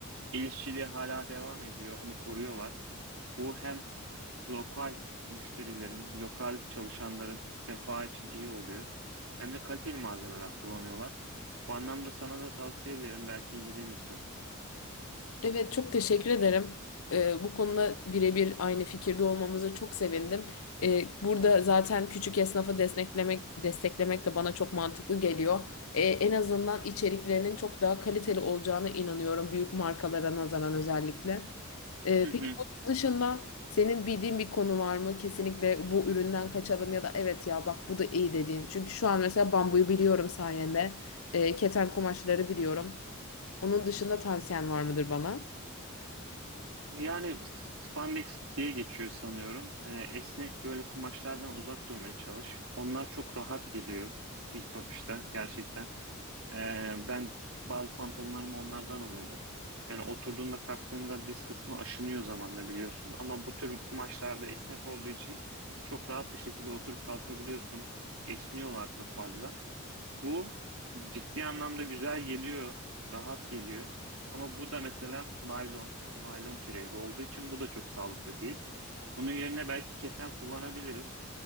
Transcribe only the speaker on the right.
el işçiliği hala devam ediyor, onu koruyorlar. Bu hem lokal müşterilerin, lokal çalışanların refahı için iyi oluyor. Hem de kaliteli malzemeler kullanıyorlar. Bu anlamda sana da tavsiye ederim, belki ilgilenirsin.
<laughs>
Yani s- spandex diye geçiyor sanıyorum. Ee, esnek böyle kumaşlardan uzak durmaya çalış. Onlar çok rahat geliyor ilk bakışta gerçekten. Ee, ben bazı pantolonlarımı onlardan alıyordum. Yani oturduğunda kalktığında diz kısmı aşınıyor zamanla biliyorsun. Ama bu tür kumaşlarda esnek olduğu için çok rahat bir şekilde oturup kalkabiliyorsun. Esniyorlar çok fazla. Bu ciddi anlamda güzel geliyor, rahat geliyor. Ama bu da mesela naylon, naylon türevi olduğu için bu da çok sağlıklı değil. Bunun yerine belki keten kullanabiliriz